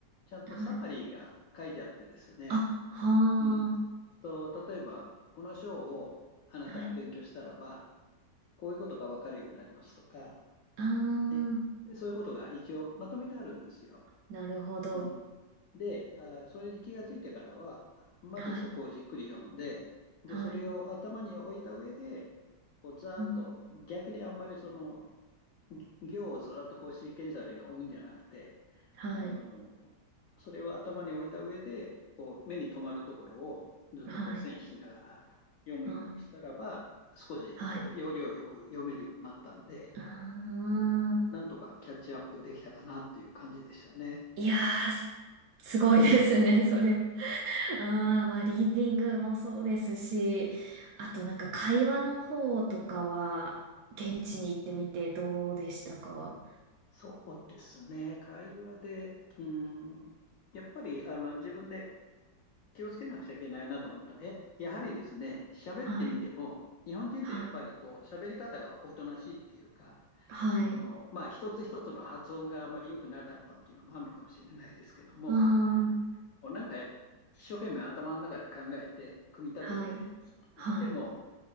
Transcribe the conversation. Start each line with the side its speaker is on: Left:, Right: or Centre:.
Left: ちゃんとサマリーが書いてあってですね、
Right: はい。あ、は
Left: うん。と、例えば、この章をあなたは勉強したらば、
Right: あ、はい、
Left: こういうことがわかるようになりますとか、
Right: ああ、
Left: ね、そういうことが一応まとめてあるんですよ。
Right: なるほど。
Left: うん。で、あー、それに気がついてからは、まずそこをじっくり読んで、
Right: はい、
Left: で、
Right: はい、
Left: それを頭に置いた上で、こう、ざーっと、
Right: うん、
Left: 逆にあんまりその、行をずっとこうシーケンシャルに追うんじゃなくて、
Right: はい、
Left: あの、それを頭に置いた上で、こう目に留まるところをずっとこう線引きながら読むようにしたらば、
Right: はい、あ
Left: 少しこう要領よく読めるようになったんで、
Right: あ、はい、ああ。
Left: なんとかキャッチアップできたかなっていう感じでしたね。
Right: いやー、すすごいですね、<laughs> それは。ああ、まあ、リーディングもそうですし、あとなんか会話の方とかは、現地に行ってみてどうでしたか
Left: そうですね。会話で、うん、やっぱりあの自分で気をつけなくちゃいけないなと思ったのはや、やはりですね、喋ってみても、
Right: はい、
Left: 日本人ってやっぱりこう喋り方がおとなしいっていうか、
Right: はい。はい。
Left: あの、まあ、一つ一つの発音があまり良くなかったっていうのもあるのかもしれないですけども、
Right: ああ、
Left: こうなんか一生懸命頭の中で考えて、組み立てていっても、
Right: はい。はい。